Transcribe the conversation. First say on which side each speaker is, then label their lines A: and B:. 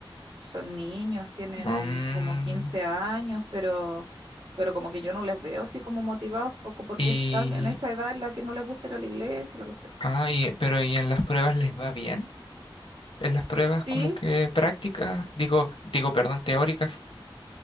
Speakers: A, on the right; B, on the left.
A: Son niños, tienen
B: Mm,
A: como 15 años, pero, pero como que yo no les veo así como motivados, poco porque
B: y,
A: están en esa edad en la que no les gusta ir a la iglesia, la cuestión.
B: ah, y- pero ¿y en las pruebas les va bien? En las pruebas
A: Sí,
B: como que prácticas, digo, digo, perdón, teóricas.